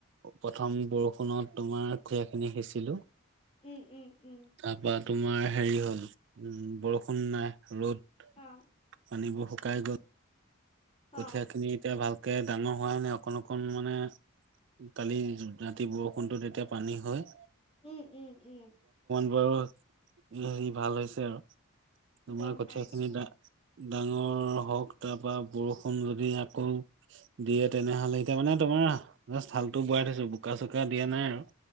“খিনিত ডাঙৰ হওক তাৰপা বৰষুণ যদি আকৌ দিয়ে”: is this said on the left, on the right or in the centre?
Right